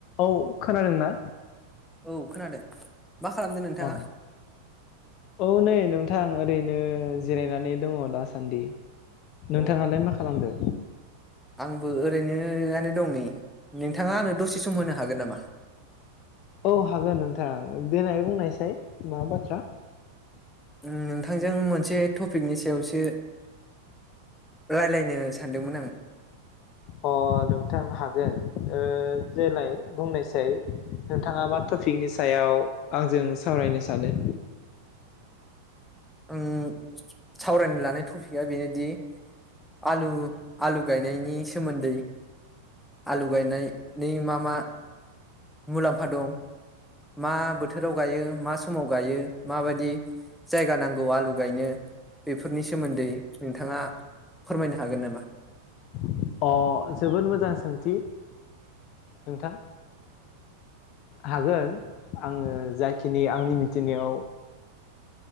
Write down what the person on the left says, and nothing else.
औ औ खोनादोंना?
अ औ नै नों थां ओरैनो जिरायनानै दङ दासान्दि नोंथाङालाय
मा खालामदो?
औ हागोन नोंथां देनाय बुंनायसाय मा बाथ्रा?
अ नोंथां हागोन जेलाय बुंनायसै नोंथाङा मा टपिकनि सायाव आंजों सावरायनो सानो।
अ जोबोद मोजां सोंथि नोंथां हागोन आङो जाखिनि अ जोबोद मोजां सोंथि नोंथां हागोन आङो जाखिनि आंनि मिथिनायाव